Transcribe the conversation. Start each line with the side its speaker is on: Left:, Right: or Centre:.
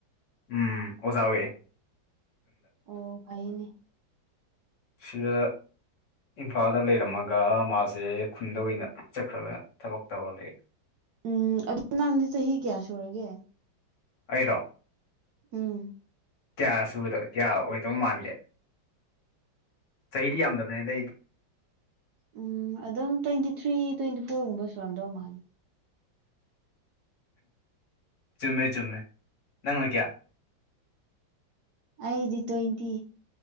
Left: ꯎꯝ ꯑꯣꯖꯥ ꯑꯣꯏꯔꯦ
Right: ꯑꯣ ꯐꯥꯏꯅꯦ
Left: ꯁꯤꯗ ꯏꯝꯐꯥꯜꯗ ꯂꯩꯔꯝꯃꯒ ꯃꯥꯖꯦ ꯈꯨꯟꯗ ꯑꯣꯏꯅ ꯆꯠꯈ꯭ꯔꯒ ꯊꯕꯛ ꯇꯧꯔ ꯂꯩ
Right: ꯎꯝ ꯑꯗꯨ ꯅꯪꯗꯤ ꯆꯍꯤ ꯀꯌꯥ ꯁꯨꯔꯒꯦ
Left: ꯑꯩꯔꯣ
Right: ꯎꯝ
Left: ꯀꯌꯥ ꯁꯨꯕꯗ ꯀꯌꯥ ꯑꯣꯏꯗꯧ ꯃꯥꯟꯒꯦ ꯆꯍꯤꯗꯤ ꯌꯥꯝꯗꯕꯅꯦꯗ ꯑꯩꯗꯤ
Right: ꯎꯝ ꯑꯗꯨꯝ ꯇ꯭ꯋꯦꯟꯇꯤ ꯊ꯭ꯔꯤ ꯇ꯭ꯋꯦꯟꯇꯤ ꯐꯣꯔꯒꯨꯝꯕ ꯁꯨꯔꯝꯗꯧ ꯃꯥꯜꯂꯤ
Left: ꯆꯨꯝꯃꯦ ꯆꯨꯝꯃꯦ ꯅꯪꯅ ꯀꯌꯥ
Right: ꯑꯩꯗꯤ ꯇꯣꯏꯟꯇꯤ